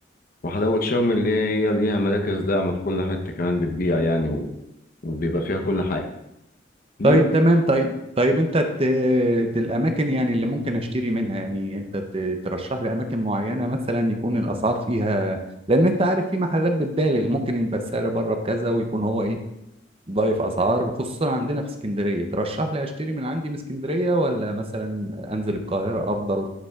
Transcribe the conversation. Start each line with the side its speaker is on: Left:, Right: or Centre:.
Left: وحلاوة شاومي اللي هي إيه، ليها مراكز داعمة في كل حتة كمان بتبيع يعني و... وبيبقى فيها كل حاجة دي
Right: طيب
Left: نقطة.
Right: تمام طيب طيب انت ت... ت- الاماكن يعني اللي ممكن اشتري منها يعني انت ت... ترشح لي اماكن معينه مثلا يكون الاسعار فيها لان انت عارف في محلات بتبالغ ممكن يبقى السعر بره بكذا ويكون هو ايه ضايف اسعار خصوصا عندنا في اسكندريه ترشح لي اشتري من عندي من اسكندريه ولا مثلا انزل القاهره افضل